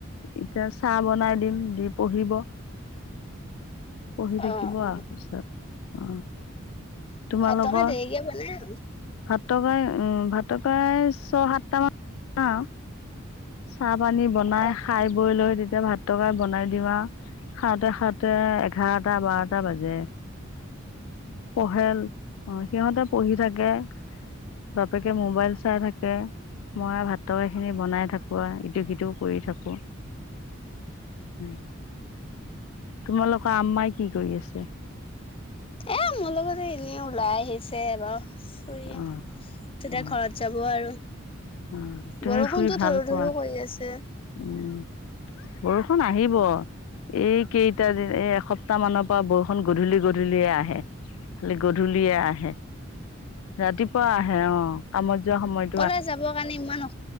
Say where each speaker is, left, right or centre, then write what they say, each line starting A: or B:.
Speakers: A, on the left; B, on the left.
A: এতিয়া চাহ বনাই দিম, দি পঢ়িব। পঢ়ি থাকিব
B: অ অ
A: আও পিছত, অ'। তোমালোকৰ।
B: ভাতকে দেৰিকে বনাই আৰু।
A: ভাতটো কায় উম ভাতটো কায় ছয় সাতটামান <unintelligible> চাহ পানী বনাই
B: অ
A: খাই বৈ লৈ তেতিয়া ভাতটোকে বনাই দিও আও। খাওঁতে, খাওঁতে এঘাৰটা বাৰটা বাজে, পঢ়ে অ', সিহঁতে পঢ়ি থাকে, বাপেকে মোবাইল চাই থাকে। মই আও ভাত টৰকাৰিখিনি বনাই থাকো আ, ইটো সিটোও কৰি থাকো। উম, তোমালোকৰ আম্মাই কি কৰি আছে?
B: এ মোৰ লগতে এনে ওলাই আহিছে বাও, ফুৰি <unintelligible>
A: অ অ
B: ঘৰত যাব আৰু
A: অ তুমি
B: বৰষুণতো
A: শুই ভাল
B: ধৰো,
A: পোৱা
B: ধৰো হৈ আছে।
A: উম, বৰষুণ আহিব, এই কেইটা দিন এই এসপ তাহ মানৰ পৰা বৰষুণ গধূলি গধূলিয়ে আহে, খালি গধূলিয়ে আহে। ৰাতিপুৱা আহে অ', কামত যোৱা সময়ত
B: কলে যাবৰ কাৰণে ইমান অ